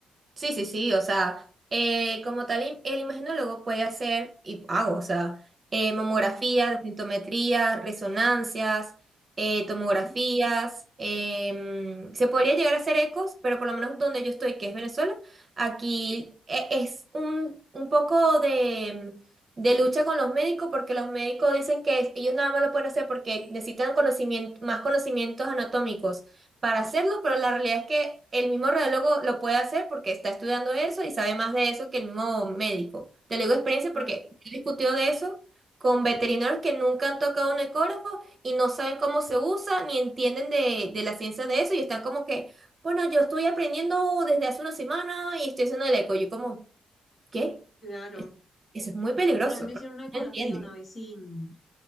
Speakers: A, on the right; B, on the left.
A: sí, sí, sí, o sea, eh, como tal, im- el imaginólogo puede hacer, y hago, o sea, eh, mamografía, densitometría, resonancias, eh, tomografías,
B: Ah,
A: em, se podría llegar a hacer ecos, pero por lo menos donde yo estoy, que es Venezuela, aquí e- es un, un poco de, de lucha con los médicos, porque los médicos dicen que ellos nada más lo pueden hacer porque necesitan conocimiento, más conocimientos anatómicos. para hacerlo, pero la realidad es que el mismo radiólogo lo puede hacer porque está estudiando eso y sabe más de eso que el mismo médico. Te lo digo de experiencia
B: Claro.
A: porque he discutido de eso con veterinarios que nunca han tocado un ecógrafo y no saben cómo se usa ni entienden de, de la ciencia de eso y están como que, bueno, yo estoy aprendiendo desde hace una semana y estoy haciendo el eco. Yo como, ¿qué?
B: Claro.
A: Eso es muy peligroso,
B: Bueno, a mí me
A: porque
B: hicieron una ecografía
A: no entienden.
B: una vez y mm,